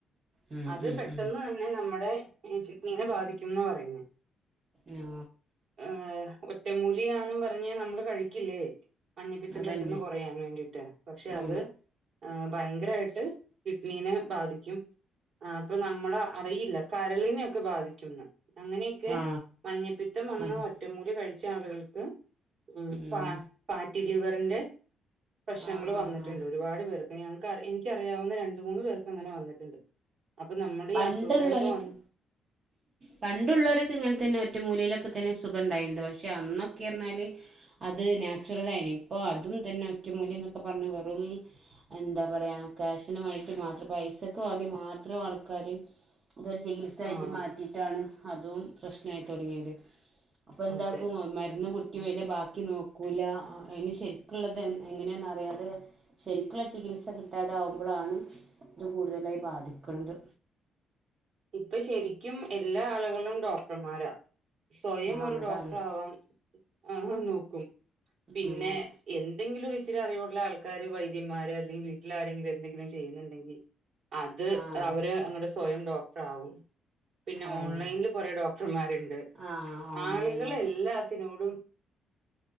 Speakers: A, on the right (about 45°); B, on the right (about 60°).
A: ഉം
B: അത്
A: ഉം
B: പെട്ടെന്ന്
A: ഉം
B: തന്നെ. പിന്നെ നമ്മുടെ ജെയ്‌സിപ്പിനെ ബാധിക്കും എന്നാ പറയുന്നത്.
A: നാ.
B: ഏ ഒറ്റമൂലിയാന്നും പറഞ്ഞ നമ്മള് കഴിക്കില്ലേ. മഞ്ഞപ്പിത്തം
A: അതന്നെ
B: പെട്ടെന്ന് കുറയാൻ വേണ്ടിട്ട് പക്ഷെ
A: ആ
B: അത്. ആ ഭയങ്കരായിട്ട് കിഡ്നിനെ ബാധിക്കും അപ്പൊ നമ്മള് അറിയില്ല. കരളീനോക്കെ ബാധിക്കുംന്ന് അങ്ങനെയൊക്കെ
A: ആ
B: മഞ്ഞപ്പിത്തം വന്നു
A: അതെ
B: ഒറ്റുമൂലി കഴിച്ച ആളുകൾക്ക് മ്.
A: ഉം
B: ഫാറ്റി ലിവറിന്റെ പ്രശ്നങ്ങൾ
A: ആ ആ
B: വന്നിട്ടുണ്ട്
A: ആ
B: ഒരുപാട് പേർക്. ഞങ്ങക്ക് എനിക്ക അറിയാവുന്ന രണ്ട മൂന്ന് പേർക്ക് അങ്ങനെ വന്നിട്ടുണ്ട് അപ്പൊ നമ്മൾ ഈ
A: പണ്ടുള്ളോലൊക്കെ
B: അസുഖങ്ങളൊക്കെ വന്ന്.
A: പണ്ടുള്ളവരൊക്കെ ഇങ്ങനെ തന്നെ ഒറ്റ മൂലയിലൊക്കെ തന്നെ സുഗം ഉണ്ടായിട്ടുള്ളത് പക്ഷെ അന്നൊക്കെ എന്ന് പറഞ്ഞാൽ. അത് ഞാൻ മാറ്റാരു കാര്യം ഇപ്പോ അതും തന്നെ ഒറ്റ മൂലിന്നൊക്കെ പറഞ്ഞ് വെറും എന്താ പറയാ ക്യാ ഷിന് വേണ്ടീട്ട് മാത്രം പൈസക്ക് വേണ്ടി മാത്രം ആൾക്കാര് ഇതൊരു ചികിത്സ ആയിട്ട്
B: ആഹ്
A: മാറ്റിയിട്ടാണ് അതും പ്രശ്നമായി തുടങ്ങിയത് അപ്പം എന്താക്കും
B: അതെ
A: മരുന്ന്
B: ഉം
A: കുടിക്കുമ്പോ
B: ഉം
A: അതിന്റെ ബാക്കി നോക്കൂല അതിന് ശരിക്കുള്ളത് എങ്ങനെയെന്ന് അ റിയാതെ ശരിക്കുള്ള ചികിത്സ കിട്ടാതെ ആകുമ്പോഴാണ് ഇത് കൂടുതലായി ബാധിക്കണത്
B: ഇപ്പൊ ശരിക്കും എല്ലാ ആളുകളും ഡോക്ടർമാരാ സ്വയം
A: ആ
B: ഒരു
A: അതാണ്
B: ഡോക്ടർ ആവാം എന്ന് നോക്കും പിന്നെ
A: ആ
B: എന്തെങ്കിലും ഇച്ചിരി അറിവുള്ള ആൾക്കാര് വൈദ്യന്മാര് അല്ലെങ്കിൽ വീട്ടിലാരെങ്കിലും എന്തെങ്കിലും ചെയ്യുന്നുണ്ടെങ്കിൽ അത്
A: ആഹ്
B: അവര് അങ്ങട്ട് സ്വയം ഡോക്ടറാകും പിന്നെ
A: അതന്നെ
B: ഓൺലൈനിൽ കുറെ ഡോക്ടർമാരുണ്ട്
A: ആഹ് ഓൺലൈനില്
B: ആളുകള് എല്ലാത്തിനോടും